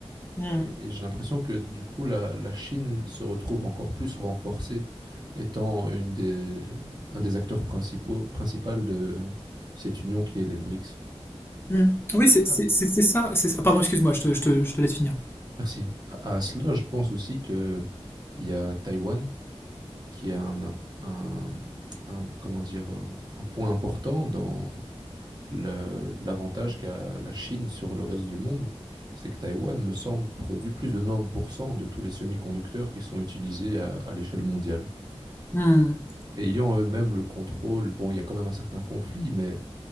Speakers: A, on the left; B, on the right.
A: Hmm.
B: Et, et j'ai l'impression que du coup, la, la Chine se retrouve encore plus renforcée, étant une des, un des acteurs principaux principaux de cette union qui est les BRICS.
A: Mm. Oui, c'est
B: Ah,
A: c'est- c'est- c'est ça. c'est ça. Pardon, excuse-moi, je te, je te- je te laisse finir.
B: merci. À, à cela, je pense aussi que il y a Taïwan qui est un, un- un- un- comment dire un, un point important dans le- l'avantage qu'a la Chine sur le reste du monde. C'est que Taïwan, me semble, produit plus de 90% de tous les semi-conducteurs qui sont utilisés à à l'échelle mondiale.
A: Mm.
B: ayant eux-mêmes le contrôle, bon, il y a quand même un certain conflit, mais